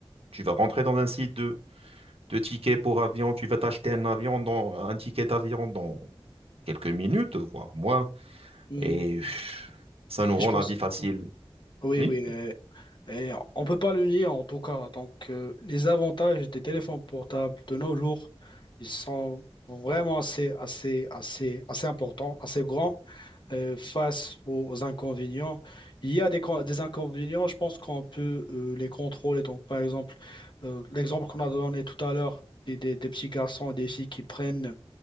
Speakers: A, on the right; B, on the left.
A: tu vas rentrer dans un site de, de tickets pour avion, tu vas t'acheter un avion dans, un ticket d'avion dans quelques minutes, voire moins.
B: Mm.
A: Et pff, ça nous
B: Et
A: rend
B: je pense,
A: la vie facile.
B: oui,
A: Oui?
B: oui. euh, et on peut pas le nier en tout cas. Donc, euh, les avantages des téléphones portables de nos jours, ils sont vraiment assez, assez, assez, assez importants, assez grands euh, face aux, aux inconvénients. Il y a des, con- des inconvénients, je pense qu'on peut euh, les contrôler. Donc, par exemple, euh, l'exemple qu'on a donné tout à l'heure, des, des, des petits garçons et des filles qui prennent